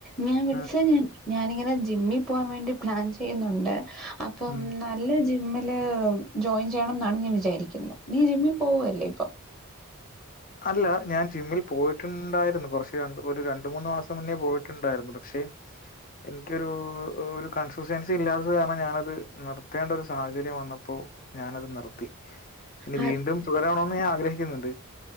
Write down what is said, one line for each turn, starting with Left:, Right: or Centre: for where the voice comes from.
Centre: ഞാൻ വിളിച്ചേ
Left: ഉം
Centre: ഞാൻ ഞാനിങ്ങനെ ജിമ്മിൽ പോവാൻ വേണ്ടി- പ്ലാൻ ചെയ്യുന്നൊണ്ട് - അപ്പം
Left: ഉം
Centre: നല്ല ജി ജിമ്മില് ജോയിൻ ചെയ്യണം എന്നാണ് ഞാൻ വിചാരിക്കുന്ന- നീ ജിമ്മിൽ പോവല്ലേ ഇപ്പം-
Left: അല്ല ഞാൻ ജിമ്മിൽ പോയിട്ടുണ്ടായിരുന്നു കുറച്ച് രണ്ടു ഒരു രണ്ടു മൂന്ന് മാസം മുന്നേ പോയിട്ടുണ്ടായിരുന്നു പക്ഷെ എനിക്കൊരു ഒരു കൺസ്റ്റന്റൻസി ഇല്ലാത്തത് കാരണം ഞാനത് നിർത്തേണ്ട ഒരു സാഹചര്യം വന്നപ്പോ ഞാനത് നിർത്തി- ഇനി
Centre: ആ,
Left: വീണ്ടും തുടരാണോന്ന് ഞാൻ ആഗ്രഹി ക്ക്ന്നുണ്ട്